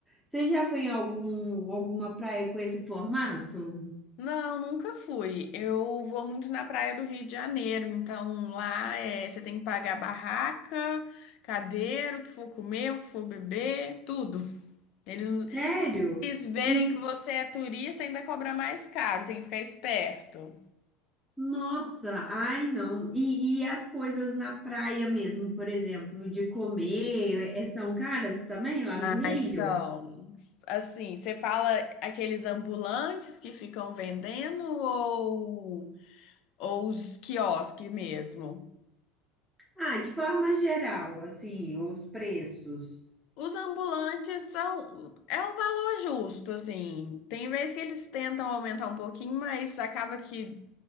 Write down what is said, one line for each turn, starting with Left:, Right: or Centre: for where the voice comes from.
Centre: Você já foi em algum, alguma praia com esse formato?
Left: Não, nunca fui. Eu vou muito na praia do Rio de Janeiro, então lá é, você tem que pagar barraca, cadeira, o que for comer, o que for beber, tudo. Eles,
Centre: Sério?
Left: eles verem
Centre: E
Left: que você é turista, ainda cobra mais caro, tem que ficar esperto.
Centre: Nossa, ai não. E, e as coisas na praia mesmo, por exemplo, de comer, eh, são caras também lá no Rio?
Left: Aí são, assim, você fala aqueles ambulantes que ficam vendendo ou, ou os quiosques mesmo?
Centre: Ah, de forma geral, assim, os preços.
Left: Os ambulantes são, é um valor justo, assim. Tem vezes que eles tentam aumentar um pouquinho, mas acaba que